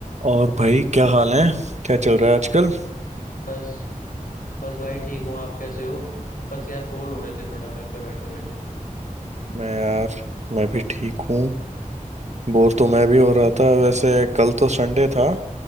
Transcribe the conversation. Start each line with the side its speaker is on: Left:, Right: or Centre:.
Right: और भाई क्या हाल है क्या चल रहा है आजकल
Left: बस बस भाई ठीक हूँ आप कैसे हो बस यार बोर हो रहे थे थोड़ा घर पे बैठे बैठे
Right: मैं यार मैं भी ठीक हूँ बोर तो मैं भी हो रहा था वैसे कल तो संडे था